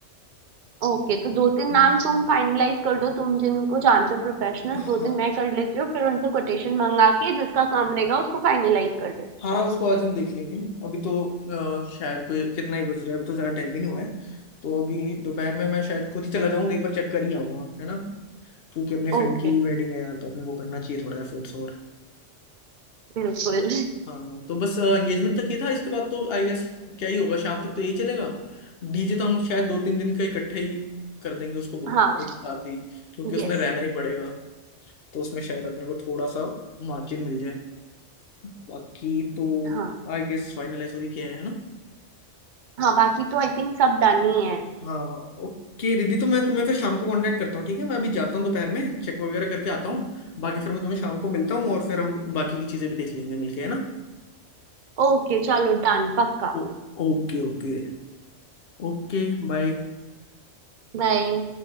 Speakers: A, on the right (about 50°); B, on the left (about 55°).
A: ओके तो दो तीन नाम
B: हम्म।
A: तुम फाइनलाइज कर दो तुम जिनको जानते हो प्रोफेशनल
B: हाँ
A: दो तीन मैं कर लेती हूँ फिर उनसे कोटेशन मंगा के जिसका काम रहेगा उसको फाइनलाइज कर देते
B: हाँ उसको आज हम देख लेंगे अभी तो अ, शायद कोई कितना ही बज रहा है अभी तो ज्यादा टाइम भी नहीं हुआ है तो अभी दोपहर में मैं शायद खुद ही चला जाऊंगा एक बार चेक कर ही आऊंगा है ना क्योंकि अपने फ्रेंड
A: ओके
B: की वेडिंग है यार तो अपने को करना चाहिए थोड़ा एफर्ट्स
A: बिल्कुल
B: हाँ तो बस एंगेजमेंट तक ही था इसके बाद तो आई गेस क्या ही होगा शाम तक तो यही चलेगा डीजे तो हम शायद दो तीन दिन का इकट्ठा ही कर देंगे उसको बुक
A: हाँ
B: एक साथ ही क्योंकि उसने
A: यस
B: रहना ही पड़ेगा तो उसमें शायद अपने को थोड़ा सा मार्जिन मिल जाए बाकी तो
A: हाँ
B: आई गेस फाइनलाइज हो ही किया है ना
A: हाँ बाकी तो आई थिंक सब डन ही है
B: हाँ ओके रिद्धि तो मैं तुम्हें फिर शाम को कांटेक्ट करता हूँ ठीक है मैं अभी जाता हूँ दोपहर में चेक वगैरह करके आता हूँ बाकी फिर मैं तुम्हें शाम को मिलता हूँ और फिर हम बाकी की चीज़ें भी देख लेंगे मिलके है ना
A: ओके चलो डन पक्का
B: ओ, ओके ओके Okay bye
A: बाय